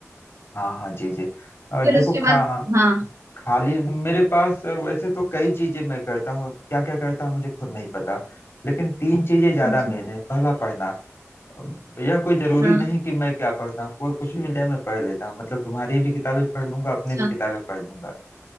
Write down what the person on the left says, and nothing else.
हाँ हाँ जी जी और
देखो
खा
खाली मेरे पास वैसे तो कई चीजें मैं करता हूँ क्या क्या करता हूँ मुझे खुद नहीं पता लेकिन तीन चीजें ज्यादा
मेन है पहला पढ़ना अ, यह कोई जरूरी
नहीं कि मैं क्या पढ़ता हूँ कोई कुछ भी मिल जाए मैं पढ़ लेता हूँ मतलब तुम्हारी भी किताबें पढ़ लूंगा अपनी भी
किताबें पढ़ लूंगा